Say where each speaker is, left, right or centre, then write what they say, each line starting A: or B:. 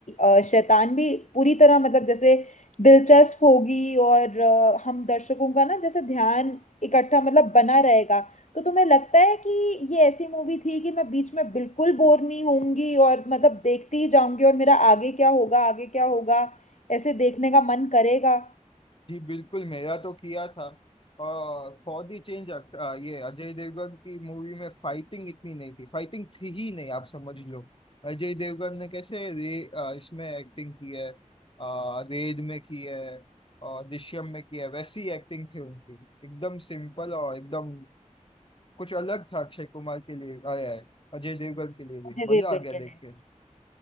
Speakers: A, on the left (about 65°); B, on the left (about 45°).
A: अ, शैतान भी पूरी तरह मतलब जैसे दिलचस्प होगी और अ, हम दर्शकों का ना जैसे ध्यान इकट्ठा मतलब बना रहेगा तो तुम्हें लगता है कि ये ऐसी मूवी थी कि मैं बीच में बिल्कुल बोर नहीं होंगी और मतलब देखती ही जाऊंगी और मेरा आगे क्या होगा आगे क्या होगा ऐसे देखने का मन करेगा
B: जी बिल्कुल मेरा तो किया था और फॉर द चेंज ये अजय देवगन की मूवी में फाइटिंग इतनी नहीं थी फाइटिंग थी ही नहीं आप समझ लो अजय देवगन ने कैसे रे, अ, इसमें एक्टिंग की है अ, रेड में की है और दृश्यम में की है वैसी एक्टिंग थी उनकी एकदम सिंपल और एकदम कुछ अलग था अक्षय कुमार के लिए आया है अजय देवगन के लिए भी
A: अजय
B: मजा
A: देवगन
B: आ गया
A: के
B: देख
A: लिए
B: के